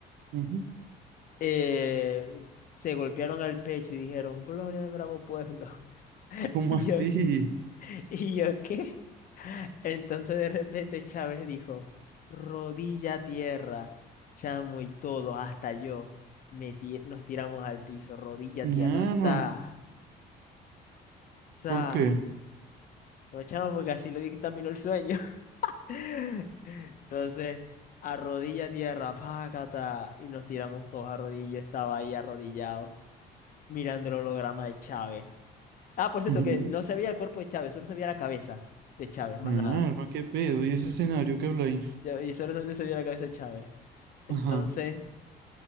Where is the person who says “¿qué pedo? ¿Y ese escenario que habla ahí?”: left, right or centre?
Right